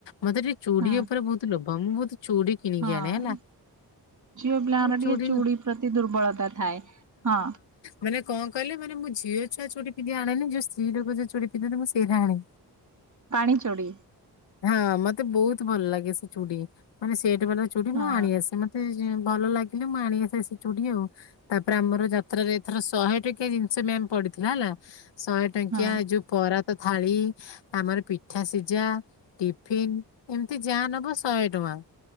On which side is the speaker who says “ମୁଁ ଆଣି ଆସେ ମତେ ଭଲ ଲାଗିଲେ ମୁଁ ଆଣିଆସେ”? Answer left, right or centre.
Left